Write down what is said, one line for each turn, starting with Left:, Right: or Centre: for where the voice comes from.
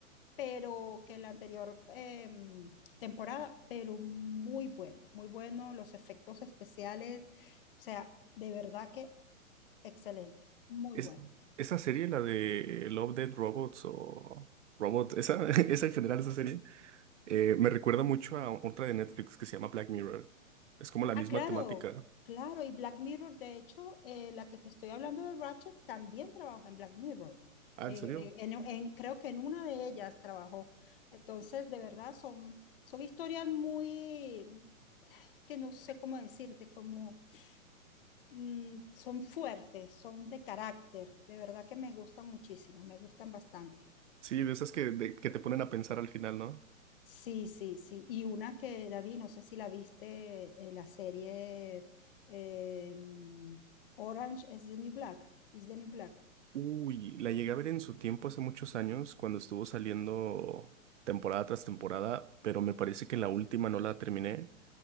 Left: pero que la anterior em, temporada, pero muy bueno, muy bueno. Los efectos especiales, o sea, de verdad que excelente, muy
Right: Es,
Left: bueno.
Right: esa serie, la de Love, Dead Robots o Robots, esa, <laughs> esa en general, esa serie, eh, me recuerda mucho a otra de Netflix que se llama Black Mirror. Es como la
Left: Ah,
Right: misma
Left: claro,
Right: temática.
Left: claro. Y Black Mirror, de hecho, eh, la que te estoy hablando de Ratchet también trabajó en Black Mirror.
Right: Ah,
Left: En-
Right: ¿en serio?
Left: en- en- en- creo que en una de ellas trabajó. Entonces, de verdad, son, son historias muy, es que no sé cómo decirte, como mm, son fuertes, son de carácter. De verdad que me gustan muchísimo, me gustan bastante.
Right: Sí, de esas que, de- que te ponen a pensar al final, ¿no?
Left: Sí, sí, sí. Y una que, David, no sé si la viste, eh, la serie eh, mm, Orange is the New Black, is the New Black.
Right: Uy, la llegué a ver en su tiempo hace muchos años, cuando estuvo saliendo temporada tras temporada, pero me parece que la última no la terminé,